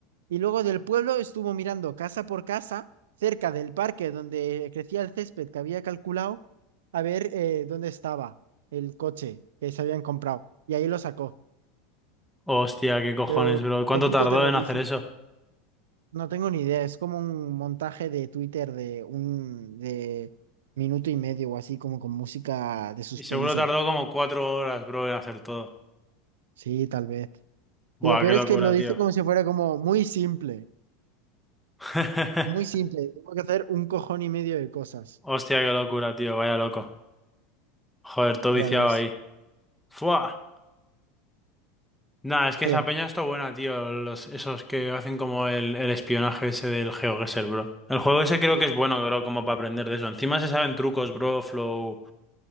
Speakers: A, on the right; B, in the centre.
A: Y luego del pueblo estuvo mirando casa por casa, cerca del parque donde crecía el césped que había calculado, a ver eh, dónde estaba el coche que se habían comprado. Y ahí lo sacó.
B: Hostia, qué cojones,
A: Pero
B: bro. ¿Cuánto
A: lo puto
B: tardó
A: terrorífico.
B: en hacer eso?
A: No tengo ni idea, es como un montaje de Twitter de un de minuto y medio o así, como con música de suspense.
B: Y seguro tardó como cuatro horas, bro, en hacer todo.
A: Sí, tal vez.
B: Buah,
A: Y lo peor
B: qué
A: es
B: locura,
A: que lo dice
B: tío.
A: como si fuera como muy simple,
B: <laughs>
A: muy simple. Tengo que hacer un cojón y medio de cosas.
B: Hostia, qué locura, tío. Vaya loco. Joder, todo
A: Ya
B: viciado
A: ves.
B: ahí. Fua. Nah, es que
A: ¿Qué?
B: esa peña está buena, tío. Los, esos que hacen como el, el espionaje ese del GeoGuessr, bro. El juego ese creo
A: Sí,
B: que es bueno, bro, como para aprender de eso. Encima se saben trucos, bro, flow.